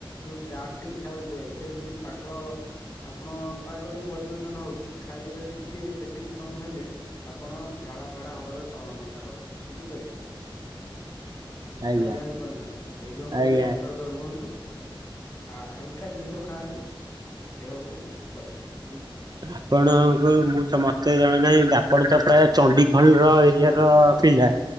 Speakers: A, on the left; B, on the right.
A: ଯୋଉ ଚାଟ ଟି ଖାଉଛ, ଏବେ ଯଦି ପାଗ ଆପଣ ପାଗ ଯୋଉ ପରିବର୍ତ୍ତନ ହଉଛି! ଖାଇବାରେ ଟିକେ ବ୍ୟତିକ୍ରମ ହେଲେ, ଆପଣ ଯା ଝାଡାଫାଡା ହବାର ସମ୍ଭାବନା ରହୁଛି। ବୁଝିପାଇଲେ!
B: ଆଜ୍ଞା
A: ନାଇଁ ଜାଣି ପାରୁନାହାଁନ୍ତି। ସେଇ ଯୋଉ କହୁଛି
B: ଆଜ୍ଞା।
A: ସତର୍କ ରୁହନ୍ତୁ। ଆ ହାଲକା ଦିନିଷ ଖାଆନ୍ତୁ। ଦେହକୁ ସୁସ୍ଥ ରଖ।
B: ଆପଣଙ୍କୁ ମୁଁ ତ ମତେ ଜଣେ ନାହିଁ। ବା ଆପଣ ତ ପ୍ରାୟ! ଚଣ୍ଡିଖଲ ର ଏରିଆ ର ପିଲା।